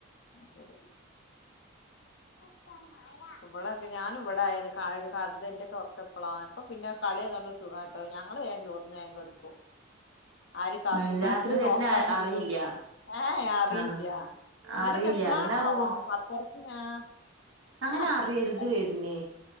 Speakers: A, on the left; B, on the right.
A: ശെരി. ഇപ്പ ഇവടെക്കെ ഞാന് ഇവിടായാല് ക ഒരു കഥെ ഇന്റൊക്കെ ഒറക്കപ്പളാ, ഇപ്പം പിന്നെ കളി ആയതോണ്ട് സുഖാ കാട്ടോ, ഞങ്ങള് വേം ചോർന്ന് വേം കട്ക്കും. ആരി കാത്ത്ക്കാനുല്ല
B: ഉം രാത്രി വര്ണ
A: നോക്കാനുല്ല
B: അറിയില്ല
A: ഒ ഏഹ് ഹെ അറീല്ല.
B: ആഹ്
A: ഇന്നലൊക്കെ
B: അറിയില്ല
A: എപ്പളാണാവോ
B: അങ്ങനാവുമ്പോ
A: പത്തരക്ക് ഞാ <unintelligible>
B: അങ്ങനെ അറിയരുത്
A: ഇന്ക്ക് ഇന്നലെ,
B: വര്ണേ